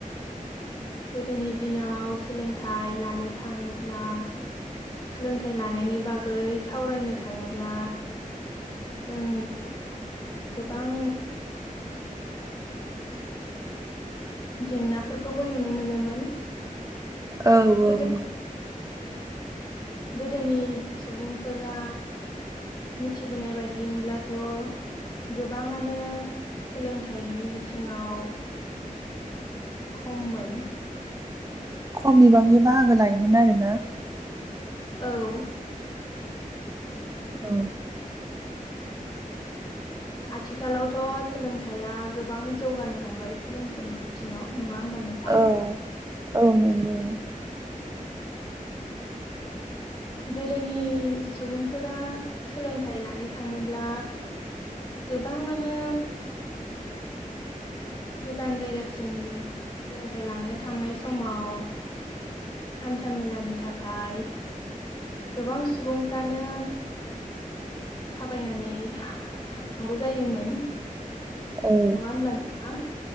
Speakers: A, on the left; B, on the right.
A: गोदोनि दिनाव सोलोंथाइ लानो थाङोब्ला सोलोंथाइ लानायनि बागै सावरायनो थाङोब्ला जों गोबां <inaudible> जेंनाफोरखौबो नुनो मोनोमोन
B: औ औ
A: गोदो गोदोनि सुबुंफोरा मिथिबोनाय बायदिमोनब्लाथ' गोबाङानो सोलोंथाइनि बिथिङाव खममोन
B: खम बिबांनि बाहागो लायोमोन आरो <unintelligible>
A: औ
B: औ
A: आथिखालावथ' सोलोंथाइया गोबां जौगानो हमबाय सोलोंथाइनि बिथिङाव नङा होमबा नोंथां?
B: औ औ नंगौ
A: गोदोनि सुबुं फोरा सोलोंथाइ लानो थाङोब्ला गोबाङानो गोजान जायगासिम सोलोंथाइ लांनो थांनाय समाव हान्था मेलानि थाखाय गोबां सुबुंफ्रानो थाबायनानै थांनांगौ जायोमोन
B: औ
A: नङा होमब्ला नोंथां?